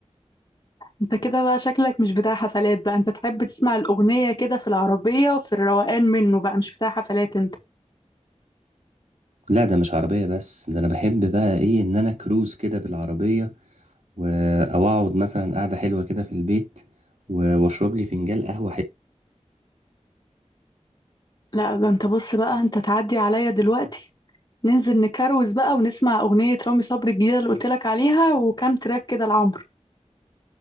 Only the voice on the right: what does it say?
لا ده مش عربية بس ده أنا بحب بقى إيه إن أنا كروز كده بالعربية و- او اقعد مثلا قعده حلوه كده في البيت و- واشرب لي فنجان قهوه حلو